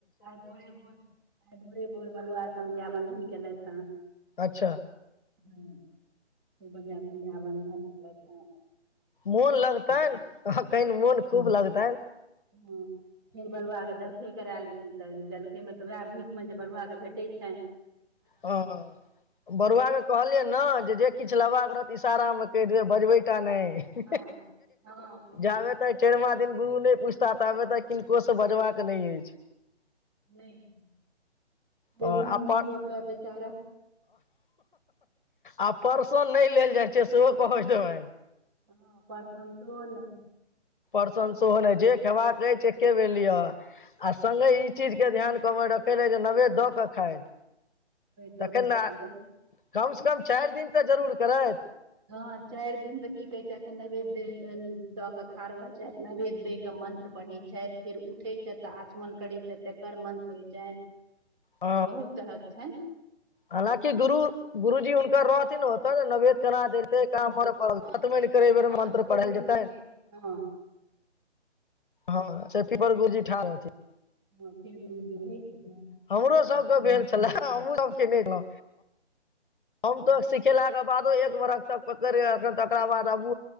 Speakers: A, on the right; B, on the left.
A: आइ भोरे भोर आइ भोरे भोर बरुआ समझ्या बंधन केले हँ
B: अच्छा
A: ह ख बढ़िआँ संध्यावंधन केलैथ हँ
B: मोन लगतनि अखैन मोन खूब लगतनि।
A: पुं फेर बरुआ के जलखै करायल गेल तऽ जलखै मे तऽ वैह भीख मे जे बरुआ के भेटै छैन्ह
B: हँ हँ बरुआ के कहलियै न जे किछ लेबाक रहत इशारा मे कहि देबै बजबे टा नहि
A: हँ हँ हँ
B: जाब तऽ चेरमा दिन गुरु नहि पु साथ आबे तऽ किनको से बजबाक के नहि अछि
A: नहि बँ
B: आ
A: ह
B: पर
A: बक बेचारा
B: आ परसो नहि लेल जाइ छै सेहो पहुँच देबै
A: हँ परसन त हो ने
B: प्रं सेहो नहि जे खेबाक अछि से खबे लिअ आ सङ्गे ई चीज के ध्यान कमे रखै लेल जे नवेद दऽ क खायइत
A: दऽ
B: तखन
A: के खाय
B: ने कम से कम चारि दिन तऽ जरूर करैत
A: हँ चारि दिन तऽ की कहै छै एखन न बेेद देल दऽ कऽ खा रहल छथि नैवेद्य दय के मन्त्र पढ़ैत छथि फेर उठैत छथि तऽ आचमन करैत छथि तर मन्त्र होइ छनि
B: ह
A: बहुत तरहक छनि
B: हालाँकि गुरु गुरुजी उनक रहथिन ओतऽ नैवेद केना देते ड़
A: हँ से
B: बेर
A: हँ
B: मंत्र
A: से
B: पढ़ल
A: गुरुजी
B: जेतै
A: रहै छथिन। हँ
B: ह से पपर गुजी ठ <unintelligible>
A: हँ फगजी रहै छै
B: हमरो सबके भेल छलए हमहहुँ सबकेनेहुँ हम तऽ स खेलाके बादो एक बरख तक तकरा बाद आब